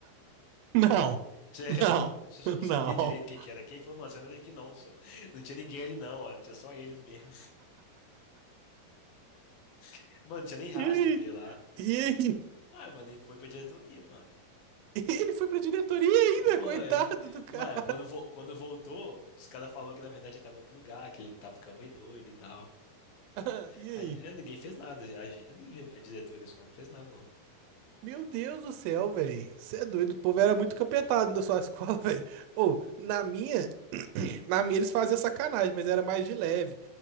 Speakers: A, on the right (about 80°); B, on the left (about 70°).
A: Não,
B: Sério,
A: não,
B: <laughs> o pessoal
A: <laughs>
B: não
A: não.
B: sabia direito quem que era quem, falou, mano, você não é daqui não, só. <laughs> Não tinha ninguém ali não, ó, tinha só eles mesmo. <laughs> Mano, não tinha nem rastro
A: E aí?
B: dele lá.
A: E aí?
B: Ah, mano, ele foi pra diretoria, mano.
A: <laughs> Ele foi pra diretoria ainda,
B: Foi.
A: coitado do cara.
B: Mas quando, vo- quando voltou, os caras falaram que na verdade ele tava em outro lugar, que ele tava ficando meio doido e tal.
A: <laughs> E aí?
B: Aí, né, ninguém fez nada. A, gen- ninguém, a diretora da escola não fez nada, não.
A: Meu Deus do céu, velho. Você é doido. O povo era muito capetado na sua escola, <laughs> velho. Ou, na minha, na minha eles faziam sacanagem, mas era mais de leve.